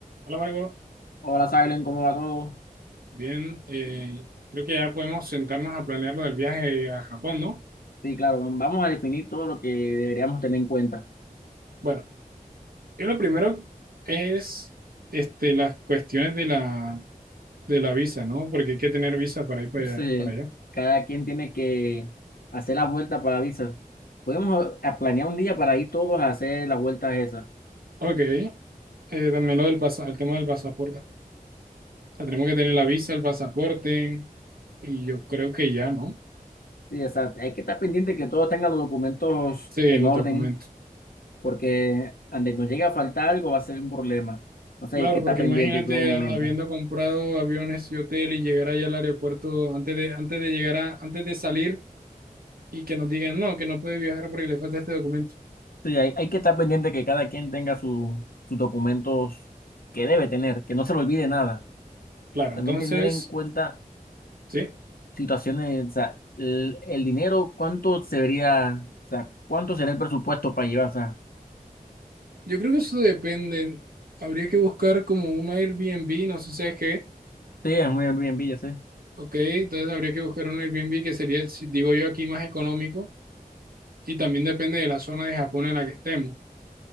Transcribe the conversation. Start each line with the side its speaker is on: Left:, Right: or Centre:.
Right: Hola Margot,
Left: Hola, Silen, ¿cómo va todo?
Right: bien, eh, creo que ya podemos sentarnos a planear lo del viaje a Japón, ¿no?
Left: Sí, claro, vamos a definir todo lo que deberíamos tener en cuenta.
Right: Bueno, yo lo primero es este, las cuestiones de la, de la visa, ¿no? Porque hay que tener visa para ir para,
Left: Entonces,
Right: allá. para allá.
Left: cada quien tiene que hacer la vuelta para visas. Podemos a- a planear un día para ir todos a hacer las vueltas esas.
Right: Ok, eh, también lo del pasa- el tema del pasaporte. O sea, tenemos que tener la visa, el pasaporte y yo creo que ya, ¿no?
Left: Sí, o sea, hay que estar pendiente que todos tengan los documentos
Right: Sí,
Left: en
Right: los
Left: orden,
Right: documentos.
Left: porque donde nos llegue a faltar algo va a ser un problema. Entonces,
Right: Claro,
Left: hay que
Right: porque
Left: estar pendiente
Right: imagínate
Left: en todo momento.
Right: a- habiendo comprado aviones y hotel y llegar allá al aeropuerto antes de, antes de llegar a, antes de salir y que nos digan, no, que no puede viajar porque le falta este documento.
Left: Sí, hay, hay que estar pendiente que cada quien tenga su- sus documentos que debe tener, que no se le olvide nada.
Right: Claro,
Left: También
Right: entonces,
Left: tener en cuenta
Right: sí,
Left: situaciones, o sea, el, el dinero, ¿cuánto se vería, o sea, cuánto sería el presupuesto para llevar, o sea,
Right: yo creo que eso depende. Habría que buscar como un Airbnb, no sé si es que,
Left: sí, es un Airbnb, ya sé.
Right: ok, entonces habría que buscar un Airbnb que sería, si- digo yo, aquí más económico y también depende de la zona de Japón en la que estemos,